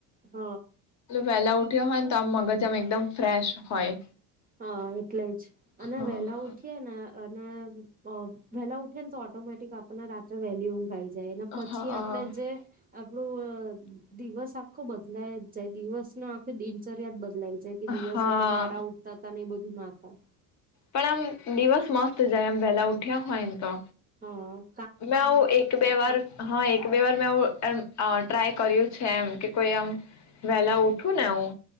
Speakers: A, on the right (about 20°); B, on the left (about 40°).
A: હ હ
B: વેલા ઉ ઉઠ્યો હોય ને તો આમ મગજ આમ એકદમ ફ્રેશ હોય.
A: હા એટલે જ અને
B: હા
A: વેલા ઉઠીએ ને અને વહેલા ઉઠે ને તો ઓટોમેટિક આપણને રાત્રે વહેલી ઊંઘાઈ જાય. જને પછી
B: હા
A: આપડે જે આપો દિવસ આખો બદલાય જ જાય દિવસ નો આખી દિનચર્યા લ કે દિવસ
B: હા
A: આપડા મોડા ઉ તા ન બધું ના થાય.
B: પણ આમ દિવસ મસ્ત જાય આમ વેલા ઉઠ્યા હોય ને તો.
A: હ.
B: મે હું એક બે વાર હા એક બે વાર મે. <unintelligible> ટ્રાય કર્યું છે એમ કે કોઈ આમ વેલા ઉઠ ઉઠું ને હું